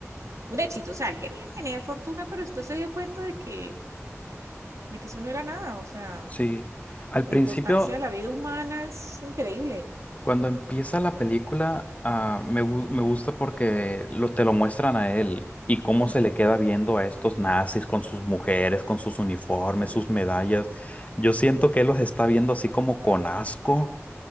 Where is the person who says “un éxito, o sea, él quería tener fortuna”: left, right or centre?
Right